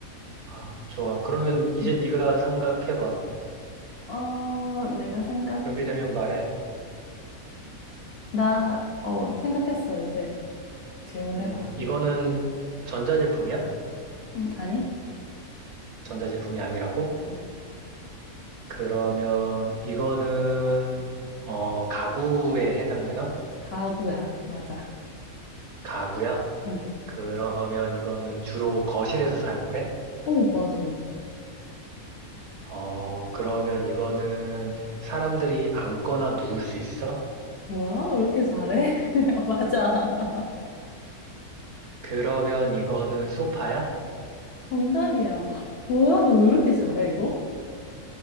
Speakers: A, on the right (about 60°); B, on the left (about 65°).
A: 아, 좋아. 그러면 이제
B: <laughs> 응.
A: 네가 생각해봐.
B: 어, 내가 생각,
A: 준비되면 말해.
B: 나, 어, 생각했어. 이제 질문해봐.
A: 음, 이거는 전자제품이야?
B: 응, 아니?
A: 전자제품이 아니라고?
B: 응.
A: 그러면 이거는 어, 가구에 해당되나?
B: 가구야. 맞아.
A: 가구야?
B: 응.
A: 그러면 이거는 주로 거실에서 사용을 해?
B: 오, 맞아.
A: 어, 그러면 이거는 사람들이 앉거나 누울 수 있어?
B: 뭐야? 왜 이렇게 잘해? <laughs> 어, 맞아. <laughs>
A: 그러면 이거는 소파야?
B: 정답이야. <gasps> <laughs> 뭐야? 너 왜 이렇게 잘해, 이거?